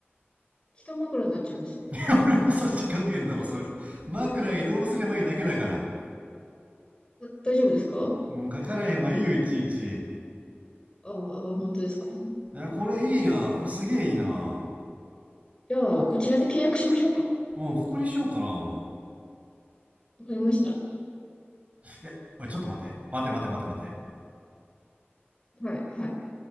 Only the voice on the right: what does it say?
<laughs> 俺の差し加減だろ、それ。枕移動すればいいだけだから。
もう書かれへんわ、いいよ、いちいち。い
や、これいいな。これすげえいいな。
うん、ここにしようかな、も
う。いや、おい、ちょっと待って。待って待って待って待って。